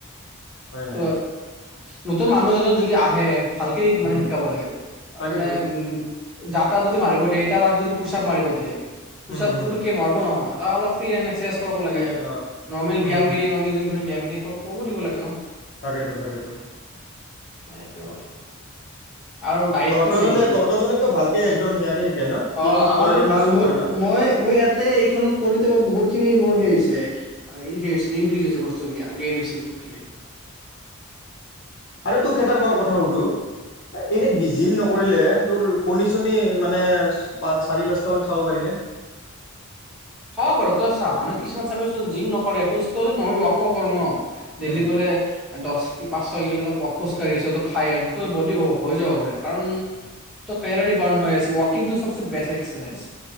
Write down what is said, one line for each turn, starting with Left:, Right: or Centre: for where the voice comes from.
Left: হয়নে
Centre: টো
Left: নাই
Centre: হয়। নতুন মানুহ এজন যদি আহে, ভালকে মানে
Left: উম
Centre: শিকাব লাগে। আৰু
Left: তাকেতো
Centre: মানে উম যাতা যদি মাৰিব দিয়ে কাবাক যদি পোচাপ মাৰিব দিয়ে পুচয়াপ
Left: উম হুম
Centre: নোৱাৰব নহয় তাক অলপ ফ্ৰী হেন্ড একাৰচাইজ কৰিব
Left: অ
Centre: লাগে নৰ্মেল
Left: উম
Centre: ব্যায়ামখিনি
Left: হুম
Centre: ন চব কব দিব লাগে ন
Left: তাকেইেতো তাকেইেতো
Centre: এটোৱে কথা আৰু ডাইট
Left: তহঁতৰজনে
Centre: মেইন
Left: তহঁতৰজনেতো ভালকে
Centre: হুম
Left: একদম সেয়াকে শিকায় ন কি
Centre: অ
Left: কি খাব
Centre: আমাৰতো
Left: লাগে এইবিলাক
Centre: ভাল
Left: চব
Centre: ম
Left: কয় ন
Centre: মই মই ইয়াতে এইখনত কৰোতে মোৰ বহুখিনি মোৰ সেই হৈছে ইনক্ৰিজ হৈছে বস্তুখিনিগ্ৰেইন হৈছে বহুতখিনি
Left: আৰু তোক এটা ম, ই কথা সুধো এনেই
Centre: উম
Left: ডি জিম নকৰিলে তোৰ কণী চণী মানে পাঁচ, চাৰি, পাঁচটা মান খাব পাৰিনে?
Centre: খাব পাৰোঁ তই চা মানুহ কিছুমান চাবি চোন জিম নকৰে সুস্থ নহ ৱাকো কৰ ন। ডেইলি
Left: উম,
Centre: বোলে দশ কিপ। পাঁচ ছয় কিলোমিটাৰ প খোজকাঢ়ি আছ'। তই খায় আছ'। তোৰ বদি হৈ যাব পাৰে কাৰণ তোৰ কেলৰি ৰ্বাণ হৈ আছে। ৱাকিং টো চবচে বেষ্ট এস্কেচাইচ।